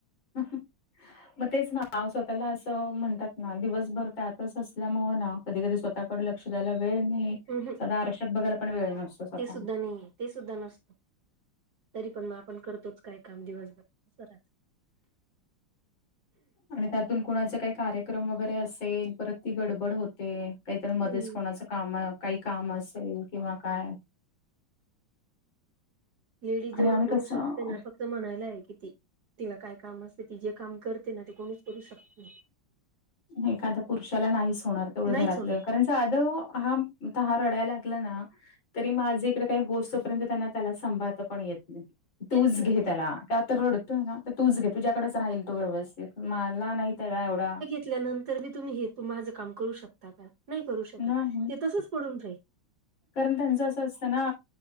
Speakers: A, on the left; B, on the right.
A: ह. मग तेच ना स्वतःला असं म्हणतात ना दिवसभर त्यातच असल्यामुं ना. कधी कधी स्वतःकडे लक्ष द्यायला वेळ नाही
B: अहं,
A: सदा आरक्षात बघायला पण वेळ नसतो. स्वतःला
B: ते सुद्धा नाही आहे. ते सुद्धा नसतो तरी पण मग आपण करतोच काय काम दिवसभररा.
A: आणि त्यातून कुणाचे काही कार्यक्रम वगैरे असेल परत ती गडबड होते. काहीतरी मध्येच
B: हम्म
A: कोणाचं काम काही काम असेल किंवा काय.
B: लेडीज जेवढं
A: आणि आम्ही
B: करू
A: कसं
B: शकते ना फक्त. म्हणायला आहे कि ती तिला काय काम असते ती जे काम करते ना ते कोणीच करू शकते नाही.
A: एखादा्या पुरुषाला नाहीच होणार तेवढं
B: नाहीच
A: घरातलं
B: होणार.
A: कारण. साध हा त ह रडायला लागला ना. तरी माझं इकडे काही होस् तोपर्यंत त्यांना त्याला संांभाळता पण येत नाही.
B: तेच
A: तूज
B: ना.
A: घेेतला कातर नोडत. ना तूच घे तुझ्याकडच राहील तू व्यवस्थित मला नाही त्याला एवढा.
B: ल्यानंतर बी तुम्ही हे त माझं काम करू शकता का नाही करू शकत
A: नाही
B: ते तसच पडून जाईल.
A: कारण त्यांचं असं असतं ना